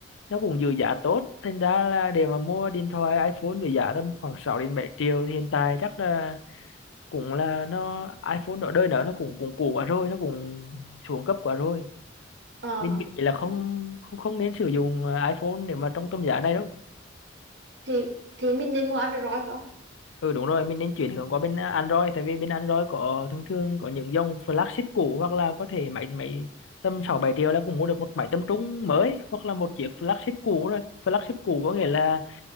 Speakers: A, on the left; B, on the right.
A: nó cũng giữ giá tốt thành ra là để mà mua điện thoại iPhone với giá tầm khoảng 6 đến 7 triệu thì hiện tại chắc là cũng là nó iPhone đó đời nó nó cũng cũng cũ quá rồi nó cũng xuống cấp quá rồi
B: ờ,
A: mình nghĩ là không không không nên sử dụng ờ, iPhone để mà trong tầm giá này đâu
B: thì thì mình nên mua Android phải không
A: ừ đúng rồi mình nên chuyển hướng qua bên à, Android tại vì bên Android có thường thường có những dòng flagship cũ hoặc là có thể máy máy tầm 6 7 triệu là cũng mua được một máy tầm trung mới hoặc là một chiếc flagship cũ rồi flagship cũ có nghĩa là